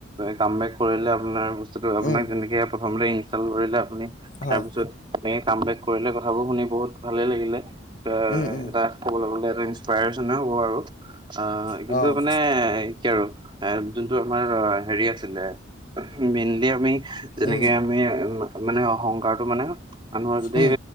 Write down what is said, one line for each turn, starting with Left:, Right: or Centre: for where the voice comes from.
Right: কাম বেক - কৰিলে আপোনাৰ বস্তুটো আপোনাক
Left: উম,
Right: যেনেকে প্ৰথমতে ইনষ্টল কৰিলে আপুনি
Left: হয়,
Right: তাৰপিছত - তেনে কাম বেক কৰিলে কথাবোৰ শুনি বহুত ভালে লাগিলে এ
Left: উম, উম,
Right: এটা - ক'বলে গলে এটা ইনসপাইৰেচনে হ'ব আৰু অ কিন্তু
Left: অ',
Right: মানে - কি আৰু, এ যোনটো আমাৰ হেৰি আছিলে মেইনলি আমি - যেনেকে
Left: উম,
Right: আমি মানে অহংকাৰটো মানে মানুহৰ যদি
Left: উম,